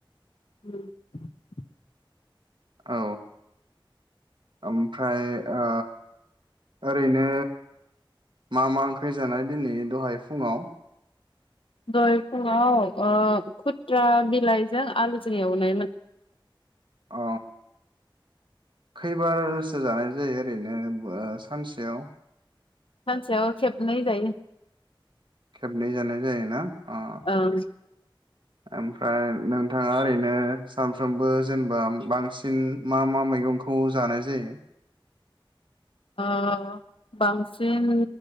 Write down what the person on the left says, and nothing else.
<unintelligible>
दहाय फुङाव ओ खुथ्रा बिलाइजों आलुजों एवनायमोन।
सानसेयाव खेबनै जायो।
ओं।
ओ बांसिन